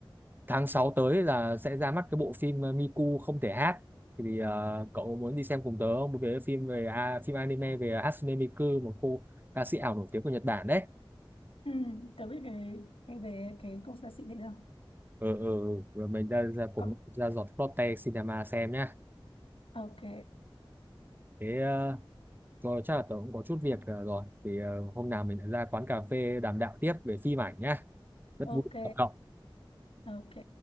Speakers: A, on the right (about 20°); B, on the left (about 85°).
A: tháng 6 tới là sẽ ra mắt cái bộ phim ờ, Miku không thể hát thì ờ, cậu muốn đi xem cùng tớ không? Một cái phim về à, phim anime về Hatsune Miku một cô ca sĩ ảo nổi tiếng của Nhật Bản đấy
B: ừ, tớ biết cái, cái về cái cô xa sĩ đấy rồi
A: ừ, ừ, ừ. Rồi mình ra ra cùng
B: Có-
A: ra giọt Lotte Cinema xem nhá
B: ok
A: thế ờ, rồi chắc là tớ cũng có chút việc ờ, rồi thì ờ, hôm nào mình lại ra quán cà phê đàm đạo tiếp về phim ảnh nhá rất
B: ok
A: vui Cảm ơn cậu
B: ok